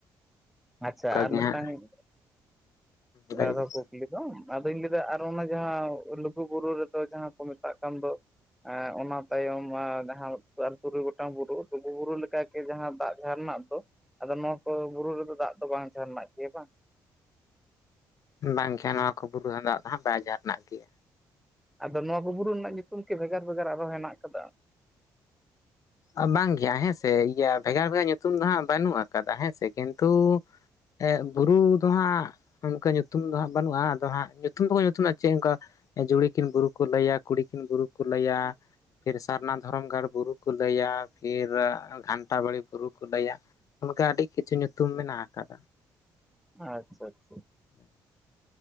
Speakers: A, in the centre; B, on the left.
A: ᱟᱪᱪᱷᱟ ᱟᱨ
B: ᱜᱮ
A: ᱢᱤᱫᱴᱟᱝ
B: ᱦᱟᱸᱜ
A: ᱦᱮᱸ,
B: ᱞᱟᱹᱭ
A: ᱟᱨᱚ ᱠᱩᱠ ᱞᱤ ᱫᱚ ᱟᱫᱚᱧ ᱞᱟᱹᱭᱫᱟ ᱟᱨᱚ ᱚᱱᱟ ᱡᱟᱦᱟᱸ ᱞᱩᱜᱩᱼᱵᱩᱨᱩ ᱨᱮᱫᱚ ᱡᱟᱦᱟᱸ ᱠᱚ ᱢᱮᱛᱟᱜ ᱠᱟᱱ ᱫᱚ‌ ᱮᱸᱜ ᱚᱱᱟ ᱛᱟᱭᱚᱢ ᱟᱸ ᱡᱟᱦᱟᱸᱞ ᱟᱨ ᱛᱩᱨᱩᱭ ᱜᱚᱴᱟᱝ ᱵᱩᱨᱩ ᱞᱩᱜᱩ ᱵᱩᱨᱩ ᱞᱮᱠᱟᱜᱮ ᱡᱟᱦᱟᱸ ᱫᱟᱜ ᱡᱷᱟᱨ ᱨᱮᱱᱟᱜ ᱫᱚ, ᱟᱫᱚ ᱱᱚᱣᱟ ᱠᱚ ᱵᱩᱨᱩ ᱨᱮᱫᱚ ᱫᱟᱜ ᱫᱚ ᱵᱟᱝ ᱡᱷᱟᱨᱱᱟ ᱜᱮᱭᱟ ᱵᱟᱝ?
B: ᱵᱟᱝ ᱠᱷᱮ ᱱᱚᱣᱟ ᱠᱚ ᱵᱩᱨᱩ ᱦᱚᱸ ᱫᱟᱜ ᱫᱚ ᱦᱟᱸᱜ ᱵᱟᱭ ᱡᱷᱟᱨᱱᱟ ᱜᱮᱭᱟ ᱾
A: ᱟᱫᱚ ᱱᱚᱣᱟ ᱠᱚ ᱵᱩᱨᱩ ᱨᱮᱱᱟᱜ ᱧᱩᱛᱩᱢ ᱠᱤ ᱵᱷᱮᱜᱟᱨ ᱵᱷᱮᱜᱟᱨ ᱟᱨᱦᱚᱸ ᱦᱮᱱᱟᱜ ᱟᱠᱟᱫᱟ?
B: ᱚ ᱵᱟᱝ ᱜᱮᱭᱟ ᱦᱮᱸᱥᱮ ᱤᱭᱟᱹ ᱵᱷᱮᱜᱟᱨ ᱵᱷᱮᱜᱟᱨ ᱧᱩᱛᱩᱢ ᱫᱚ ᱦᱟᱸᱜ ᱵᱟᱹᱱᱩᱜ ᱟᱠᱟᱫᱟ ᱦᱮᱸᱥᱮ, ᱠᱤᱱᱛᱩ ᱮᱸᱜ ᱵᱩᱨᱩ ᱫᱚ ᱦᱟᱸᱜ ᱚᱱᱠᱟ ᱧᱩᱛᱩᱢ ᱫᱚ ᱦᱟᱸᱜ ᱵᱟᱹᱱᱩᱜᱼᱟ, ᱟᱫᱚ ᱦᱟᱸᱜ ᱧᱩᱛᱩᱢ ᱫᱚᱠᱚ ᱧᱩᱛᱩᱢ ᱞᱮᱜᱼᱟ ᱪᱮᱜ ᱚᱝᱠᱟ ᱡᱩᱲᱤᱠᱤᱱ ᱵᱩᱨᱩ ᱠᱚ ᱞᱟᱹᱭᱟ, ᱠᱩᱲᱤᱠᱤᱱ ᱵᱩᱨᱩ ᱠᱚ ᱞᱟᱹᱭᱟ ᱯᱷᱤᱨ ᱥᱟᱨᱱᱟ ᱫᱷᱚᱨᱚᱢ ᱜᱟᱲ ᱵᱩᱨᱩ ᱠᱚ ᱞᱟᱹᱭᱟ ᱯᱷᱤᱨ ᱜᱷᱟᱱᱴᱟ ᱵᱟᱲᱮ ᱵᱩᱨᱩ ᱠᱚ ᱞᱟᱹᱭᱟ, ᱚᱱᱠᱟ ᱟᱹᱰᱤ ᱠᱤᱪᱷᱩ ᱧᱩ ᱛᱩᱢ ᱢᱮᱱᱟᱜ ᱟᱠᱟᱫᱟ ᱾
A: ᱟᱪᱪᱷᱟ ᱟᱪᱪᱷᱟ ᱾
B: <unintelligible>